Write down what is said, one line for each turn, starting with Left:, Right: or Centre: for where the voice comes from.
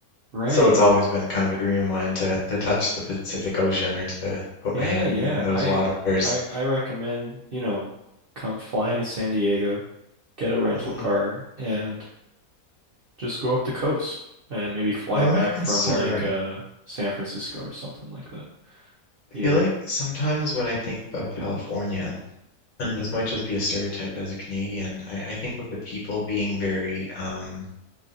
Right: Right.
Left: So it's always been kind of a dream of mine to to touch the Pacific Ocean or to put
Right: Yeah,
Left: my hand
Right: yeah.
Left: in in those
Right: I
Left: waters.
Right: I I recommend you know come flying to San Diego. get a rental
Left: Mm,
Right: car and just go up the coast and maybe fly
Left: some
Right: back
Left: of my concern,
Right: from like uh San Francisco or something like that.
Left: I
Right: You
Left: feel
Right: know?
Left: like sometimes when I think about California, and this might just be a stereotype as a Canadian, I, I think of the people being very um,